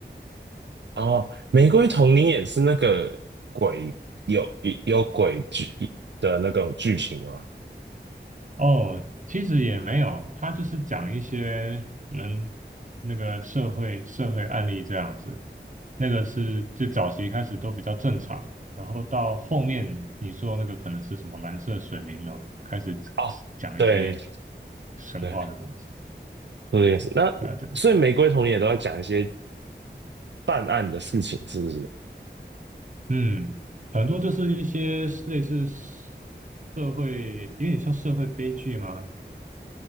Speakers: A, on the right; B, on the right.
A: 哦，《玫瑰童你也是那个鬼有有鬼剧的那种剧情吗？
B: 哦，其实也没有，他就是讲一些人那个社会社会案例这样子。那个是最早期开始都比较正常，然后到后面你说那个可能是什么蓝色水灵楼，开始
A: 哦，
B: 讲一些
A: 对
B: 神话的东西。
A: 对，我也是。那所以《玫瑰童林》也都在讲一些
B: 对啊，
A: 办案的事情，是不是？
B: 嗯，很多就是一些类似社会，有点像社会悲剧嘛，